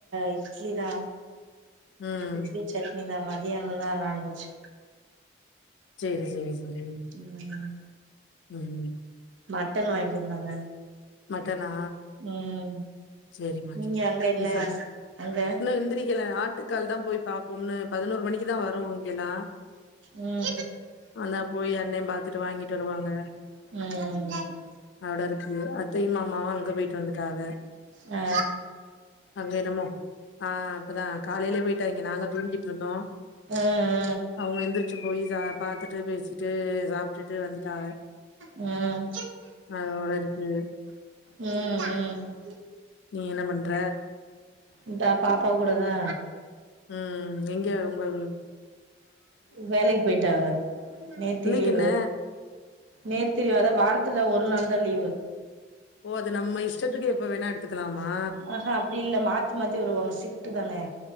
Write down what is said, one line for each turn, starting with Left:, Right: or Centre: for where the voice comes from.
Right: இட்லி தா
Left: ம்
Right: இட்லி சட்னி சாம்பார் மத்தியானோந் தா நான்வெஜ்
Left: செரி செரி செரி
Right: ம்
Left: ம்
Right: மட்டன் வாங்கிட்டு வந்தாங்க
Left: மட்டனா
Right: ம்
Left: செரிம்மா
Right: நீங்க
Left: செரிமா
Right: அங்க என்ன
Left: நீ சம்
Right: அங்க
Left: இன்னு எந்திரிக்கல ஆட் டுகால் தா போய் பாப் பொண்ணு பதினோரு மணிக்கு தா வரு இங்கெல்லா
Right: ம்
Left: வந்தா போய் அண்ணெ பாத் துட்டு வாங்கிட்டு வருவாங்க
Right: ம் ம்
Left: அவட இருக்கு அத்தை யு மாமாவு அங்க போயிட்டு வந்துட்டாக
Right: ஆ
Left: அங்க என்னமோ ஆ அப்பதா காலையிலே போயிட்டாய்ங்கே நாங்க தூங்கிட்டு இருந்தோ
Right: ம் ம்
Left: அவங்க எந்திரச்சி போய் சா பாத்துட்டு பேசி ட்டு சாப்ட்டுட்டு வந்துட்டாக
Right: ம்
Left: அதவோட இருக்கு
Right: ம் ம்
Left: நீ என்ன பண்ற
Right: இந்தா பாப்பா கூட தா
Left: ம் எங்க உங்களது
Right: வேலைக்கு போயிட்டாக நேத்தி
Left: இன்னைக்கு
Right: லீவு
Left: என்ன
Right: நேத்தி லீவு அதா வாரத்துல ஒரு நாள் தா லீவு
Left: ஓ அது நம் இஷ்டத்துக்கு எப்போ வேணா எடுத் துக்கலாமா
Right: அஹோ அப்புடி இல்ல மாத்தி மாத்தி வருவாங்க சிப்ட்டு தானே